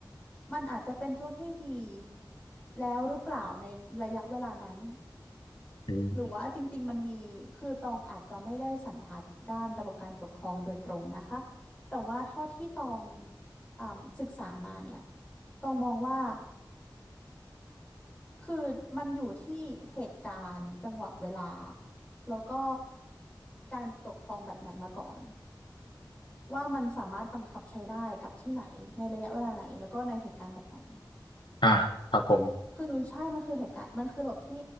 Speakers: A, on the left; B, on the left.
A: มันอาจจะเป็นตัวที่ดีแล้วหรือเปล่าในระยะเวลานั้น
B: อืม
A: หรือว่าจริงๆมันมีคือตองอาจจะไม่ได้สันทัดด้านระบบการปกครองโดยตรงนะคะ แต่ว่าเท่าที่ตองอ่ำศึกษามาเนี่ยตองมองว่า คือมันอยู่ที่เหตุการณ์จังหวะเวลา แล้วก็การปกครองแบบไหนมาก่อน ว่ามันสามารถบังคับใช้ได้กับที่ไหนในระยะเวลาไหนแล้วก็ในเหตุการณ์แบบไหน
B: อ่าครับผม
A: คือใช่มันคือเหตุการณ์มันคือระบบที่